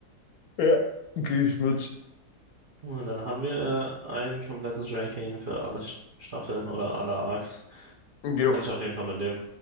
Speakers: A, on the left; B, on the right.
A: Ja. Gehe ich mit.
B: Und dann haben wir äh, ein komplettes Ranking für alle St- Staffeln oder alle Arcs.
A: Jo.
B: Kann ich auf jeden Fall mitleben.